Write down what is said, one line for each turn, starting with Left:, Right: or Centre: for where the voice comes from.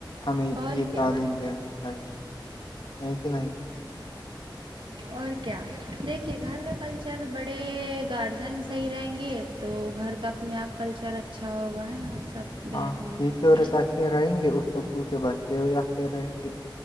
Left: ہمیں
Right: اور
Left: یہ
Right: کیا
Left: تعلیم دینی چاہیے نہیں کہ نہیں
Right: اور کیا دیکھیے گھر کا کلچر بڑے گارجن صحیح رہیں گے تو گھر کا اپنے آپ کلچر اچھا ہوگا ہے نا سب بہترین
Left: ہاں ٹیچرس
Right: ہوگا ہے نا
Left: اچھے رہیں گے اس اسکول کے بچے بھی اچھے رہیں گے